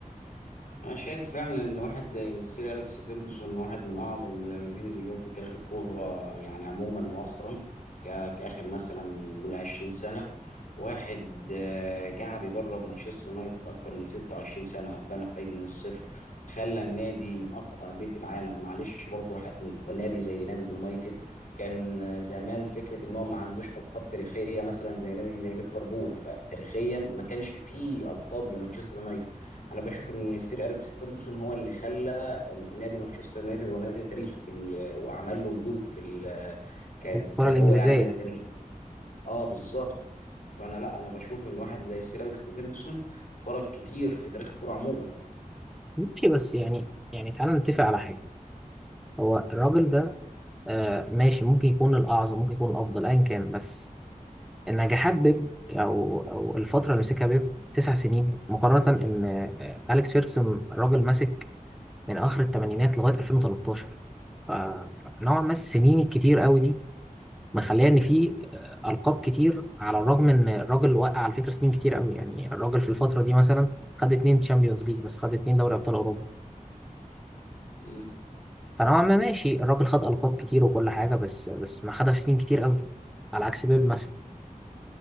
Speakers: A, on the left; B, in the centre.
A: انا شايف فعلا ان واحد زي السير اليكس فيرجسون واحد من اعظم المدربين اللي جم في تاريخ الكوره يعني عموما مؤخرا ك- كاخر مثلا نقول 20 سنه واحد آه، قاعد يدرب مانشستر يونايتد اكتر من 26 سنه بنى فريق من الصفر خلى النادي من اقوى انديه العالم معلش برضه واحد نادي زي نادي اليونايتد كان آه، زمان فكره ان هو ما عندوش القاب تاريخيه مثلا زي نادي زي ليفربول فتاريخيا ما كانش فيه القاب لمانشستر يونايتد انا بشوف ان السير اليكس فيرجسون هو اللي خلى نادي مانشستر يونايتد هو نادي تاريخي في ال... وعمل له وجود في ال... كان
B: الكرة
A: كان
B: الإنجليزية
A: هو يعني نادي تاريخي اه بالظبط فانا لا انا بشوف ان واحد زي السير اليكس فيرجسون فرق كتير في تاريخ الكوره عموما
B: ماشي بس يعني يعني تعالى نتفق على حاجة هو الراجل ده آه، ماشي ممكن يكون الأعظم ممكن يكون الأفضل أيا كان بس نجاحات بيب أو أو الفترة اللي مسكها بيب تسع سنين مقارنة إن آه، أليكس فيركسون راجل ماسك من آخر الثمانينات لغاية 2013 ف- فنوعا ما السنين الكتير قوي دي مخليه ان في آه، القاب كتير على الرغم ان الراجل وقع على فكره سنين كتير قوي يعني الراجل في الفتره دي مثلا خد اتنين تشامبيونز ليج بس خد اتنين دوري ابطال اوروبا
A: تمام.
B: فنوعا ما ماشي الراجل خد القاب كتير وكل حاجه بس بس ما خدها في سنين كتير قوي على عكس بيب مثلا